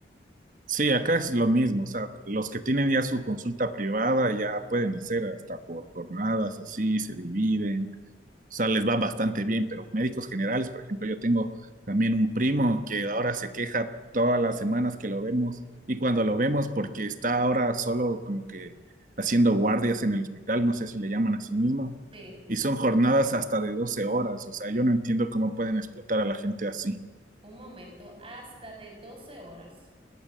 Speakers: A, on the right; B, on the right.
A: Sí, acá es lo mismo. O sea, los que tienen ya su consulta privada ya pueden hacer hasta por jornadas, así se dividen o sea, les va bastante bien, pero médicos generales, por ejemplo, yo tengo también un primo que ahora se queja todas las semanas que lo vemos y cuando lo vemos porque está ahora solo como que haciendo guardias en el hospital, no sé si le llaman a sí mismo,
B: Sí,
A: y son jornadas hasta de 12 horas, o sea, yo no entiendo cómo pueden explotar a la gente así.
B: un momento, hasta de 12 horas.